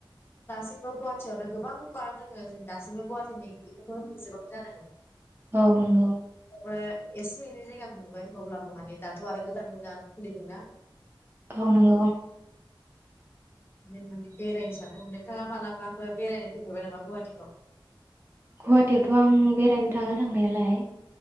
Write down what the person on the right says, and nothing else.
औ नोंगौ।
औ नंगौ
गुवाहाटियावथ' आं बेरायनो थाङो थांनायालाय।